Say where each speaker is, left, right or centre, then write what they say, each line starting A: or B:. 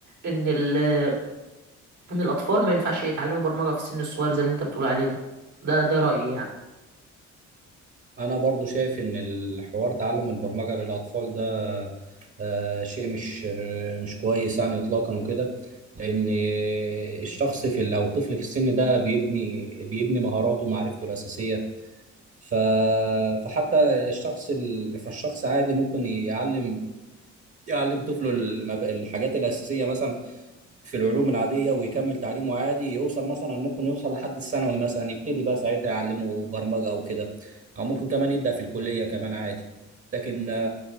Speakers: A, on the right (about 75°); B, on the right (about 45°).
A: ان ال ان الاطفال ما ينفعش يتعلموا برمجة في السن الصغير زي اللي انت بتقول عليه ده ده ده رأيي يعني
B: انا برضو شايف ان الحوار تعلم البرمجه للاطفال ده آه، شيء مش آه، مش كويس يعني اطلاقا وكده لان الشخص في ال- او الطفل في السن ده بيبني بيبني مهاراته ومعرفته الاساسيه ف فحتى الشخص ال... فالشخص عادي ممكن يعلم يعلم طفله المب... الحاجات الاساسيه مثلا في العلوم العاديه ويكمل تعليمه عادي يوصل مثلا ممكن يوصل لحد الثانوي مثلا يبتدي بقى ساعتها يعلمه برمجه او كده او ممكن كمان يبدا في الكليه كمان عادي لكن